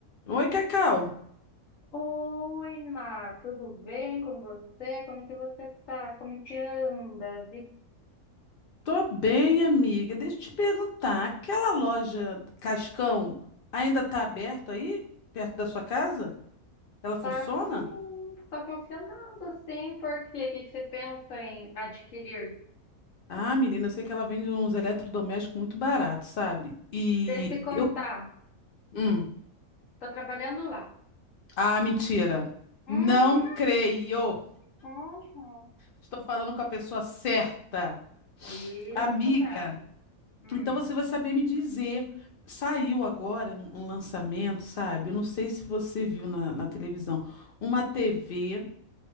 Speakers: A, on the left (about 45°); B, on the left (about 60°).
A: Oi, Cacau.
B: Oi, Má, tudo bem com você? Como que você tá? Como que anda a
A: Tô bem, amiga. Deixa eu te perguntar, aquela loja Cascão ainda tá aberta aí, perto da sua casa? Ela funciona?
B: Tá sim, tá funcionando assim, porque o que que você pensa em adquirir?
A: Ah, menina, eu sei que ela vende uns eletrodomésticos muito baratos, sabe? E
B: Deixa eu te contar,
A: eu... Hum.
B: tô trabalhando lá.
A: Ah, mentira.
B: Uhum,
A: Não creio.
B: uhum.
A: Estou falando com a pessoa certa.
B: Isso
A: Amiga,
B: mesmo. Hum.
A: então você vai saber me dizer. Saiu agora um um lançamento, sabe? Eu não sei se você viu na na televisão uma TV